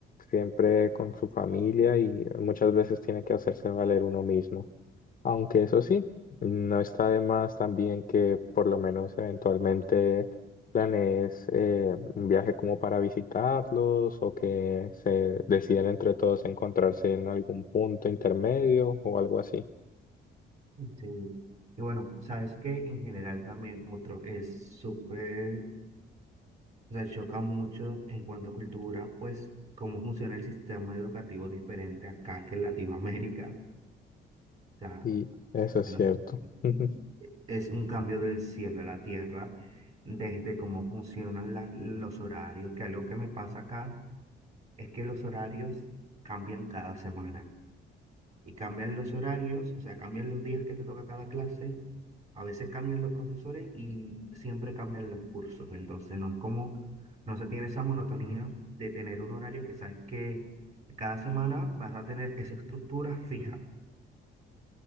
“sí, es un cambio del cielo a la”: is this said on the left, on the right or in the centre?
Right